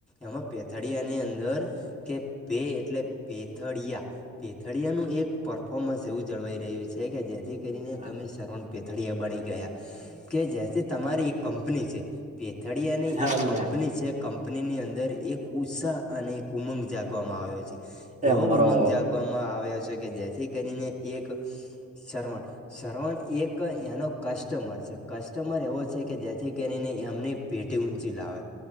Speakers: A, in the centre; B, on the right (about 25°).
A: એમાં પેથળિયાની અંદર કે બેે એટલે પે થડિયા પેથળિયાનું એક પરફોર્મન્સ એવું જળવાઈ રહ્યું છે કે જેથી કરીને
B: હા
A: તમે શવણ પેથળિયા બની ગયા કે જેથી તમારી એક કંપની છે. પેથળિયાની
B: હાલ્યા
A: એક કંપની છે કંપનીની અંદર એક ઉત્સાહ અને એક ઉમંગ જાગવામાં આવ્યો છે
B: અરે
A: એવો
B: મરો
A: ઉમંગ જાગવા મા આવ્યો છે કે જેથી કરીને એક શરવણ શરવણ એક એનો કસ્ટમર છે કસ્ટમર એવો કે જેથી કરીને એમને પેટી ઊંચી લાવે